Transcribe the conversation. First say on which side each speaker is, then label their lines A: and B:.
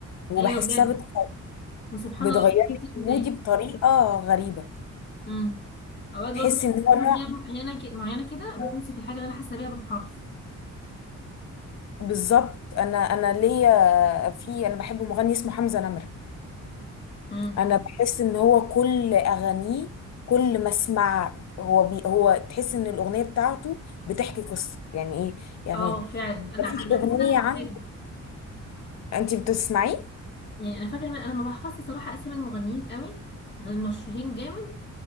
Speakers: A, on the left; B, on the left.
A: وبحسها
B: ايوه بجد
A: بت-
B: وسبحان
A: بتغير
B: الله تحسي
A: لي
B: ان
A: مودي بطريقه غريبه
B: امم اوقات
A: تحس
B: برضه بحس
A: ان
B: ان
A: هو
B: في
A: نوع
B: اغنيه معينه ك- معينه كده بتوصف الحاجه اللي انا حاسه بيها بالحرف
A: بالظبط انا انا ليا في انا بحب مغني اسمه حمزه نمره
B: امم
A: انا بحس ان هو كل اغانيه كل ما اسمع هو بي هو تحس ان الاغنيه بتاعته بتحكي قصه يعني ايه يعني
B: اه فعلا انا
A: مفيش
B: انا
A: اغنيه
B: حاسه ان انا فاكره
A: عنده
B: دي
A: انت بتسمعيه
B: يعني انا فاكره ان انا ما بحفظش صراحه اسامي المغنيين قوي غير المشهورين جامد